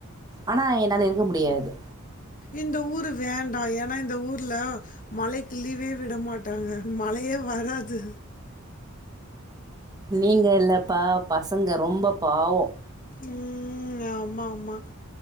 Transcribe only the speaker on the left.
இந்த ஊரு வேண்டா ஏனா இந்த ஊர்ல மழைக்கு லீவே விட மாட்டாங்க மழையே வராது
ம் ஆ மாமா